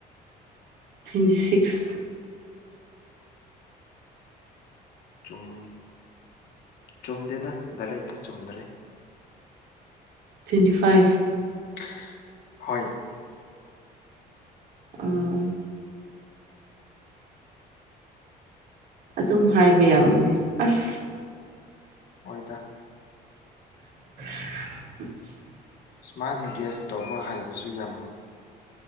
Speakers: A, on the right; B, on the left.
A: ꯇꯨꯋꯦꯟꯇꯤ ꯁꯤꯛꯁ
B: ꯆꯨꯝ ꯆꯨꯝꯗꯦꯗ ꯗꯥꯏꯔꯦꯛꯇꯤ ꯆꯨꯝꯗ꯭ꯔꯤ
A: ꯇ꯭ꯋꯦꯟꯇꯤ ꯐꯥꯏꯚ
B: <unintelligible> ꯍꯣꯏ
A: ꯑꯥ <unintelligible> ꯑꯗꯨꯝ ꯍꯥꯏꯕ ꯌꯥꯕꯅꯤ ꯑꯁ
B: ꯍꯣꯏꯗ
A: <unintelligible>
B: ꯁꯨꯃꯥꯏꯅ ꯒ꯭ꯌꯥꯁ ꯇꯧꯕ ꯍꯥꯏꯕꯁꯨ ꯌꯥꯝ